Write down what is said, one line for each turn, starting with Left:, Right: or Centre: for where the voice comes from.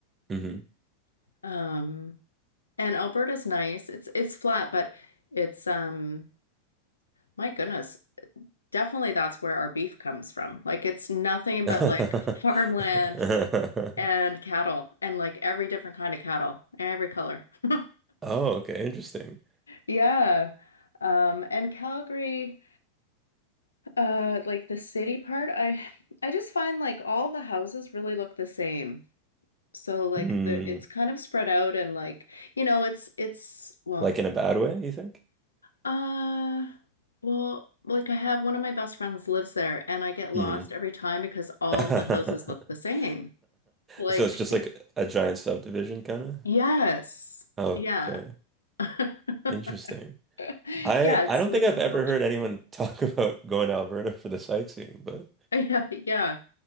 Right: hmm
Left: Um, and Alberta's nice. It's it's flat, but it's um my goodness, definitely that's where our beef comes from. Like it's nothing
Right: <laughs>
Left: but like farmland. and cattle and like every different kind of cattle, every color. <laughs>
Right: Oh, okay, interesting.
Left: Yeah. Um, and Calgary, uh, like the city part, I I just find like all the houses really look the same. So like
Right: Hmm.
Left: the it's kind of spread out and like, you know, it's it's well,
Right: Like in a bad way, you think?
Left: uh well, like I have one of my best friends lives there and I get lost
Right: Mm-hmm.
Left: every time because all
Right: <laughs>
Left: the houses look the same. Like,
Right: So it's just like a giant subdivision kind of?
Left: yes.
Right: Oh,
Left: Yeah.
Right: okay.
Left: <laughs>
Right: Interesting.
Left: <laughs>
Right: I
Left: Yeah, it's
Right: I don't
Left: like
Right: think I've
Left: no
Right: ever
Left: culture.
Right: heard anyone
Left: <laughs>
Right: <laughs> talk about going to Alberta for the sightseeing, but
Left: Yeah, yeah.